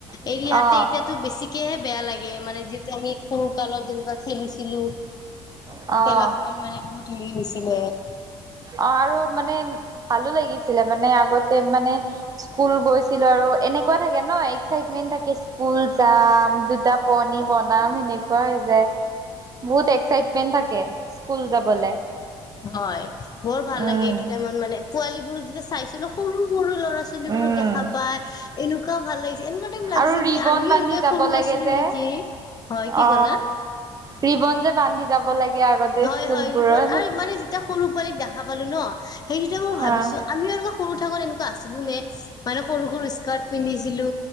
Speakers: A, on the right; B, on the left.
A: অ',
B: এৰি আহাতে এতিয়াতো বেছি একয়হে বেয়া লাগে মানে যিহেটো আমি সৰু কালত যেনেকুৱা খেলিছিলো।
A: অ'।
B: খেলা সময়ত <unintelligible>
A: অ আৰু মানে ভালো লাগিছিলে মানে আগতে মানে স্কুল গৈছিলো আৰু এনেকুৱা থাকে ন এক্সাইটমেন্ট থাকে স্কুল যাম দুটা পণী বনাম সেনেকুৱা যে বহুত এক্সাইটমেন্ট থাকে স্কুল যাবলে।
B: হয়। বৰ ভাল
A: উম
B: লাগে এইটো টাইমত মানে। পোৱালীবোৰক যেতিয়া চাইছিলো সৰু সৰু ল'ৰা ছোৱালীবোৰক
A: উম
B: দেখা পায়। এনেকুৱাও ভাল লাগিছিল, এনেকুৱা টাইম লাগিছিল
A: আৰু ৰিবন
B: যে আমিও
A: বান্ধি
B: এনেকে
A: যাব
B: সৰু
A: লাগে
B: আছিলো
A: যে
B: নেকি? হয় কি
A: অ,
B: ক'লা
A: ৰিবন যে বান্ধি যাব লাগে। আগতে
B: হয়
A: স্কুলবোৰত
B: হয়, এইবোৰ আৰু মানে যেতিয়া সৰু পোৱালীক দেখা পালো ন, সেইটোৱে মই ভাবিছো
A: অ
B: আমিও এনেকুৱা সৰু থাকোতে এনেকুৱা আছিলো নে? মানে সৰু-সৰু স্কাৰ্ট পিন্ধিছিলো